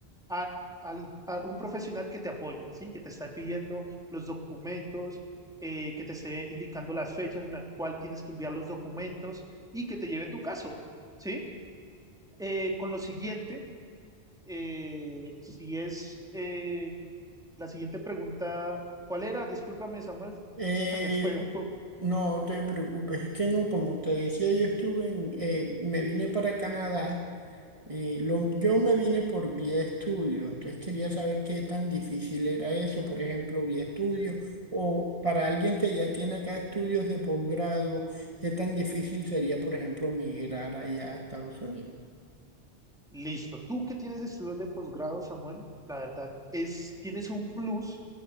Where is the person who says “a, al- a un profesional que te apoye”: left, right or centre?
Centre